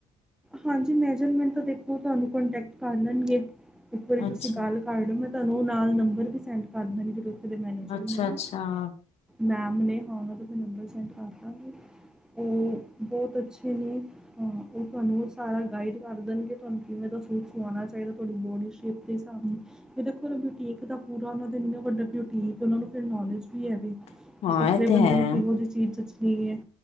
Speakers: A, in the centre; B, on the left.
A: ਹਾਂਜੀ। ਮੈਜਰਮੈਂਟ ਤਾਂ ਦੇਖੋ ਤੁਹਾਨੂੰ ਕੋਂਟੈਕਟ ਕਰ ਲੈਣਗੇ। ਇੱਕ ਵਾਰੀ
B: ਅੱਛਾ
A: ਤੁਸੀਂ ਗੱਲ ਕਲ ਮੈਂ ਤੁਹਾਨੂੰ ਨਾਲ ਨੰਬਰ ਵੀ ਸੈਂਡ ਕਰ ਦੇਂਦੀਜਿਹੜੇ ਉੱਥੇ ਦੇ ਮੈਨੇਜਰ
B: ਅੱਛਾ
A: ਨੇ ਨਾ।
B: ਅੱਛਾ
A: ਮੈਮ ਨੇ ਮੈ ਉਹਨਾਂ ਦਾ ਨੰਬਰ ਸੈਂਡ ਕਰਤਾ ਸੀ। ਉਹ ਬਹੁਤ ਅੱਛੇ ਨੇ, ਹਾਂ। ਉਹ ਤੁਹਾਨੂੰ ਸਾਰੇ ਤਾਂ ਗਾਈਡ ਕਰ ਦੇਣਗੇ ਤੁਹਾਨੂੰ ਕਿਵੇਂ ਦਾ ਸੂਟ ਸਵਾਉਣਾ ਚਾਹੀਦਾ ਤੁਹਾਡੀ ਬੋਡੀ ਸ਼ੇਪ ਦੇ ਹਿਸਾਬ ਨਾਲ। ਏ ਦੇਖੋ ਓਨਾ ਬੌਟੀਕ ਦਾ ਪੂਰਾ ਓਨਾ ਦਾ ਐਨਾ ਵੱਡਾ ਬੌਟੀਕ, ਓਨਾਂ ਨੂੰ ਫੇਰ ਨੌਲੇਜ ਯਾ,
B: ਹਾਂ
A: ਪਤਲੇ
B: ਇਹ ਤੇ ਹੈ
A: ਬੰਦੇ ਨੂੰ ਕਿਹੋ ਜਿਹੀ ਚੀਜ਼ ਜਚਣੀ ਹੈ।